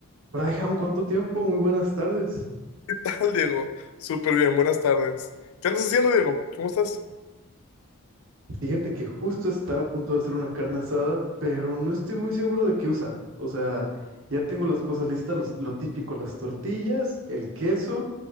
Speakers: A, on the right (about 65°); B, on the left (about 75°).
A: Braihan, ¿cuánto tiempo? Muy buenas tardes.
B: ¿Qué tal, Diego? Súper bien, buenas tardes. ¿Qué andas haciendo, Diego? ¿Cómo estás?
A: Fíjate que justo estaba a punto de hacer una carne asada, pero no estoy muy seguro de qué usar. O sea, ya tengo las cosas listas, los- lo típico, las tortillas, el queso